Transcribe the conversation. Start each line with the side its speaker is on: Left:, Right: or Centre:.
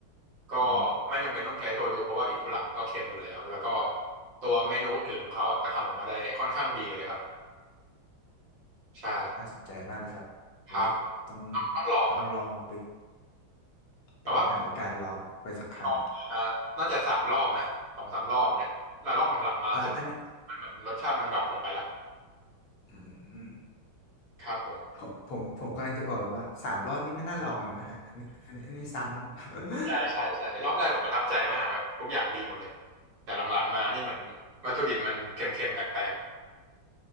Right: ก็
Left: อืม
Right: ไม่จำเป็นต้องใช้โชยุเพราะว่าอิคุระมันก็เค็มอยู่แล้วแล้วก็ตัวเมนูอื่นๆของเขาอ่ะก็ทำออกมาได้ค่อนข้างดีเลยครับใช่
Left: น่าสนใจมากเลยครับอุ้ยต้อง
Right: ครับผมต้องต้องลองครับ
Left: ต้องลองไป
Right: แต่ว่า
Left: ต้องหาโอกาสลองไปสักครั้งละ
Right: ลองมาน่าจะสามรอบนะสองสามรอบเนี่ยแล้วรอบหลังๆมารู้สึก
Left: อ่าอันนี้
Right: มันเหมือนรสชาติมันดรอปลงไปละ
Left: อืม
Right: ครับผม
Left: ผมผมผมกำลังจะบอกเลยว่าสามรอบนี่ไม่น่าลองแล้วนะฮะอันนี้อันนี้อันนี้ซ้ำ
Right: <laughs> ใช่ใช่ใช่รอบแรกผมประทับใจมากแบบทุกอย่างดีหมดเลย แต่หลังๆมานี่เหมือนวัตถุดิบมันเค็มๆแปลก